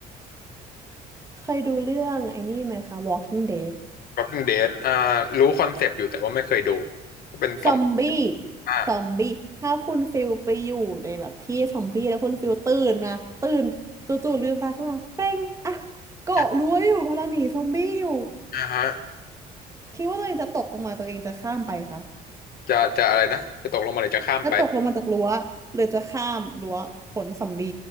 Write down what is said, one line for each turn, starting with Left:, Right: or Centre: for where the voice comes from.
Right: เคยดูเรื่องไอ้นี่ไหมคะ Walking Dead
Left: Walking Dead อ่ารู้คอนเซปต์อยู่แต่ว่าไม่เคยดูก็เป็นตอม
Right: ซอมบี้
Left: อ่า
Right: ซอมบี้ถ้าคุณฟิลไปอยู่ในแบบที่ซอมบี้แล้วคุณฟิลตื่นมาตื่นจู่ๆลืมตาขึ้นมาเป้งอ่ะเกาะรั้วอยู่กำลังหนีซอมบี้อยู่
Left: อ่าฮะ
Right: คิดว่าตัวเองจะตกลงมาตัวเองจะข้ามไปคะ
Left: จะจะอะไรนะจะตกลงมาหรือจะข้ามไป
Right: จะตกลงมาจากรั้วหรือจะข้ามรั้วขนซอมบี้